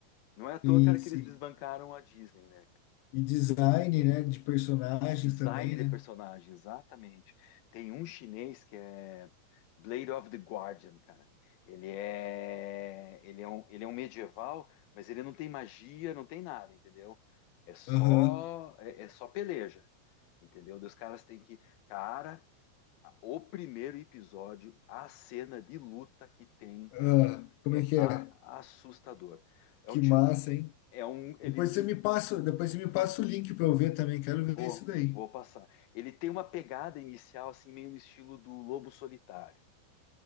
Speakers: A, on the left (about 70°); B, on the left (about 80°).
A: Não é à toa,
B: Sim,
A: cara,
B: sim.
A: que eles desbancaram a Disney, né?
B: E design, né? De personagens
A: Design
B: também,
A: de
B: né?
A: personagem, exatamente. Tem um chinês que é Blade of the Guardian, cara. Ele é, ele é um, ele é um medieval, mas ele não tem magia, não tem nada, entendeu? É só,
B: Aham.
A: é, é só peleja, entendeu? Daí os caras têm que, cara, a- o primeiro episódio, a cena de luta que tem, cara,
B: Ah, como
A: é
B: é que
A: a-
B: é?
A: assustador. É
B: Que
A: um, tio-
B: massa, hein?
A: é um, ele
B: Depois você me passa, depois você me passa o link para eu ver também. Quero
A: Vou,
B: ver isso daí.
A: vou passar. Ele tem uma pegada inicial, assim, meio no estilo do Lobo Solitário,